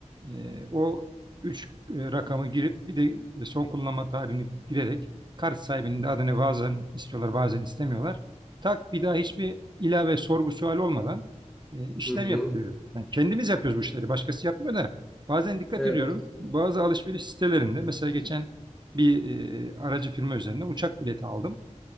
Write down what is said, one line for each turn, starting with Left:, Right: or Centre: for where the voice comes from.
Right: e, o 3 e, rakamı girip bir de son kullanma tarihini girerek kart sahibinin de adını bazen istiyorlar bazen istemiyorlar. Tak bir daha hiçbir ilave sorgu sual olmadan e, işlem
Centre: Hı hı.
Right: yapılıyor. Yani kendimiz yapıyoruz bu işleri başkası yapmıyor da bazen dikkat
Centre: Evet.
Right: ediyorum bazı alışveriş sitelerinde mesela geçen bir e, aracı firma üzerinden uçak bileti aldım.